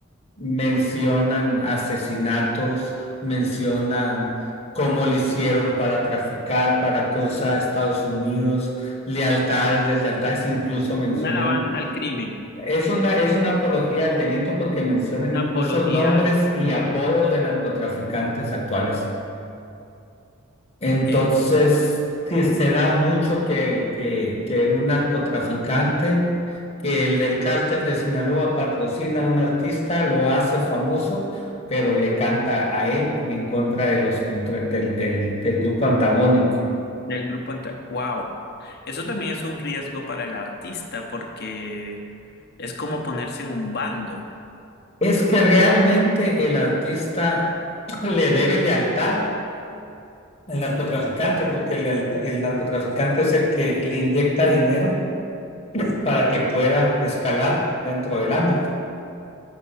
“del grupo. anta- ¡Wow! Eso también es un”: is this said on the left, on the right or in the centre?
Left